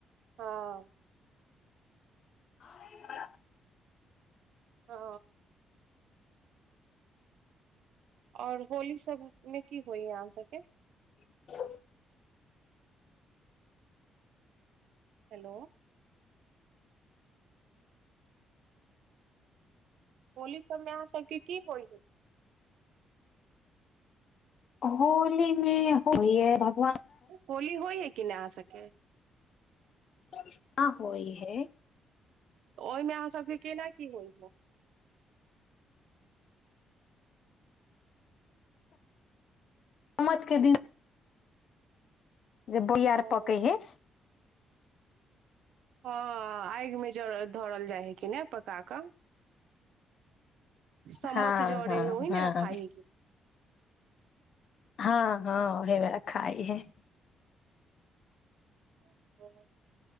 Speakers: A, on the right; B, on the left.
A: हँ
B: <unintelligible>
A: ह आऔर होली सब मे की होइय अहाँ सबके?
B: <unintelligible>
A: हेलो होली सभमे अहाँ सभके की होइ हय?
B: होली मे होय हय भ
A: होली होइ हय कि नहि आहां सबके?
B: <unintelligible> है
A: ओहिमे अहाँ सभके केना की होइ हय?
B: मत के दिन जे बोहियार
A: ओ
B: पकै हय
A: हँ आइगमे जरल धरल जाइ हय। कि नय पका कऽ सम्मत
B: हँ
A: जरय
B: हँ
A: हय ओहिमें
B: हँ
A: रखाइ हय कि
B: हँ
A: नय?
B: हँ ओहे बेरा खाइ है
A: <unintelligible>